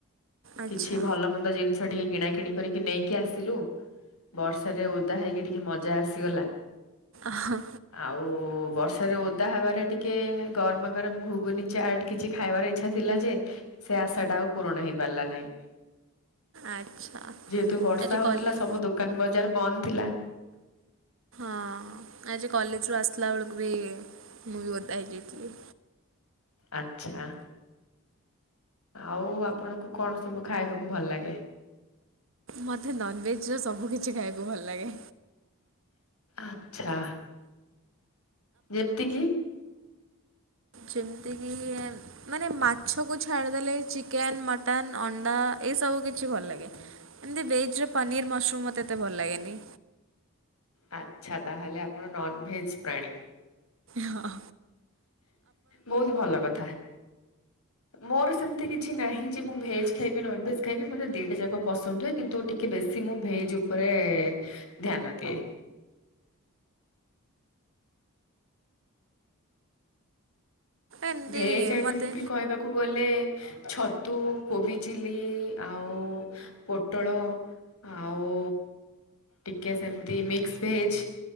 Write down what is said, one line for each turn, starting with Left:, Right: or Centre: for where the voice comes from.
Right: ଆଚ୍ଛା
Left: କିଛି ଭଲମନ୍ଦ ଜିନିଷ ଟିକେ କିଣାକିଣି କରିକି ନେଇକି ଆସିଲୁ, ବର୍ଷାରେ ଓଦା ହେଇକି ଟିକେ ମଜା ଆସିଗଲା।
Right: ହଁ,
Left: ଆଉ ବର୍ଷା ଓଦା ହବାରେ ଟିକେ ଗରମା ଗରମ ଘୁଗୁନି ଚାଟ କିଛି ଖାଇବାର ଇଚ୍ଛା ଥିଲା ଯେ ଆଶା ଟା ଆଉ ପୂରଣ ହେଇପାରିଲା ନାହିଁ।
Right: ଆଚ୍ଛା
Left: ଯେହେତୁ ବର୍ଷା
Right: ଆଜି
Left: ହଉଥିଲା
Right: କଲେଜ
Left: ସବୁ ଦୋକାନ ବଜାର ବନ୍ଦ ଥିଲା।
Right: ହଁ ଆଜି କଲେଜରୁ ଆସିଲା ବଳକୁ ବି ମୁଭି ଓଦା ହେଇଯାଇଥିଲି।
Left: ଆଚ୍ଛା। ଆଉ ଆପଣଙ୍କୁ କଣ ସବୁ ଖାଇବାକୁ ଭଲ ଲାଗେ?
Right: ମତେ ନନଭେଜ ର ସବୁ କିଛି ଖାଇବାକୁ ଭଲ ଲାଗେ।
Left: ଆଚ୍ଛା। ଯେମତି କି-
Right: ଯେମତି କିି ମାନେ ମାଛକୁ ଛାଡିଦେଲେ ଚିକେନ ମଟନ ଅଣ୍ଡା ଏଇସବୁ କିଛି ଭଲ ଲାଗେ। ଏମତି ଭେଜ ରେ ପନିର୍ ମସରୁମ ମତେ ଏତେ ଭଲ ଲାଗେନି।
Left: ଆଚ୍ଛା ତାହେଲେ ଆପଣ ନନଭେଜ ପ୍ରାଣୀ।
Right: ହଁ।
Left: ବହୁତ ଭଲ କଥା। ମୋର ସେମିତି କିଛି ନାହିଁ ଯେ ମୁଁ ଭେଜ୍ ଖାଇବି ନନ ଭେଜ୍ ଖାଇବି ମତେ ଦିଟା ଯାକ ପସନ୍ଦ ହୁଏ। କିନ୍ତୁ ଟିକେ ବେଶୀ ମୁଁ ଭେଜ ଉପରେ ଧ୍ୟାନ ଦିଏ।
Right: ଏମିତି
Left: ଭେଜ ଆଇଟମ
Right: ମୋତେ
Left: ବି କହିବାକୁ ଗଲେ ଛତୁ, କୋବି ଚିଲି, ଆଉ ପୋଟଳ ଆଉ ଟିକେ ସେମତି ମିକ୍ସ ଭେଜ